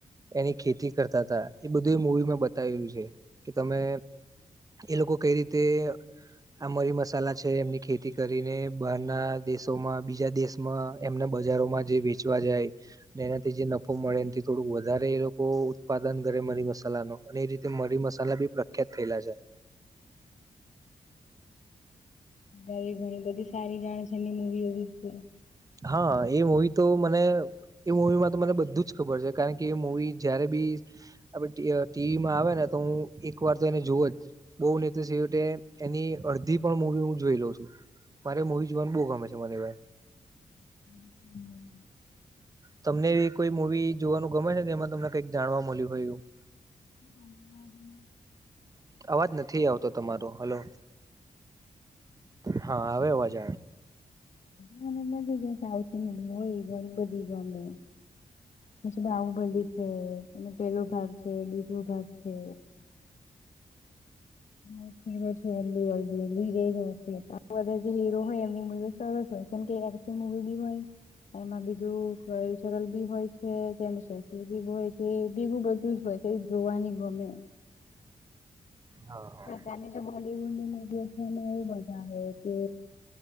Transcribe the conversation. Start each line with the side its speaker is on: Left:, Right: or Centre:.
Right: એની ખેતી કરતા હતા એ બધું મૂવી મેં બતાવેલું છે કે તમે એ લોકો કઈ રીતે આ મરી મસાલા છે એમની ખેતી કરીને બહાર ના દેશોમાં બીજા દેશમાં એમને બજારોમાં જે વેચવા જાય એનાથી જે નફો મળે એથી થોડુંક વધારે એ લોકો ઉત્પાદન કરે મરી મસાલા ન અને એ રી તે મરી મસાલા બી પ્રખ્યાત થયેલા છે
Left: એ ઘણી બધી સારી જાણ છે એની મૂવી
Right: હા એ મવી તો મને એ મૂવીમાં તો મને બધું જ ખબર છે કારણ કે એ મવી જયારે બી આપ ટીવીમાં આવે ને તો હું એક વાર તો એને જોવ જ બહુ નેતા એની અડધી પણ મુવી હું જોઈ લઉ છું મારે મૂવી જોવાનું બહુ ગમે છે મને ભાઈ
Left: હ હમ
Right: તમને એ કોઈ મુવી જોવાનું ગમે છેને એમાં તમને કંઈક જાણવા મળ્યું હોય એવું
Left: હમ
Right: અવાજ નથી આવતો તમારો હલો હા હવે અવા જ
Left: મને બ આવતી મ હોય એ ગ બધી ગમે પછી બાહુબલી છે એનો પેલો ભાગ છે બીજો ભાગ છે એક હીરો છે એલીી જઈ છે બધા જે હીરો હોય એમની મ સરસ હો છેમ કે એકસ મગદી હોય એમાં બીજું કલ્ચરલ બી હોય છે તેમસ્ૃી હોય છે બીું બધું જ હોય તે જોવાની ગમે
Right: હા હા.
Left: તની બોલીવુડની મુવીએશનમાં એવું બધા કે